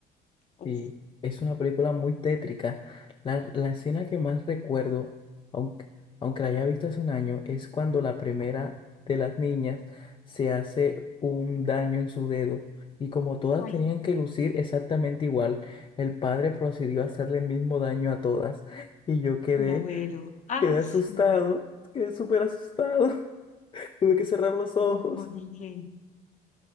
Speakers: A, on the left (about 45°); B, on the left (about 30°).
A: uf,
B: Sí, es una película muy tétrica. La, la escena que más recuerdo, aunque, aunque la haya visto hace un año, es cuando la primera de las niñas se hace un daño en su dedo. Y como todas
A: Ay,
B: tenían que lucir exactamente igual, el padre procedió a hacerle el mismo daño a todas. Y yo quedé,
A: un abuelo. ¡Ah!
B: quedé asustado,
A: Me muero.
B: quedé súper asustado. <laughs> Tuve que cerrar los ojos,
A: Mm, Fue horrible.